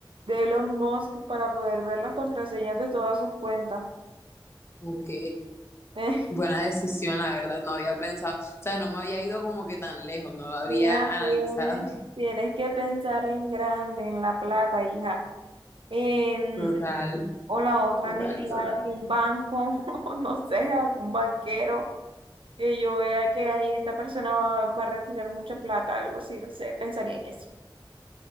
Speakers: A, on the right; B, on the left.
A: De Elon Musk para poder ver las contraseñas de todas sus cuentas.
B: Ok,
A: <laughs>
B: buena decisión, la verdad, no había pensado, o sea, no me había ido como que tan lejos, no había
A: Mira,
B: analizado.
A: tienes, tienes que pensar en grande, en la plata, hija. en
B: <laughs> Total,
A: O la otra
B: total,
A: me iría
B: total.
A: a algún banco, <laughs> o no sé, a algún banquero, que yo vea que ahí esta persona va, va a retirar mucha plata, algo así, no sé, pensaría en eso.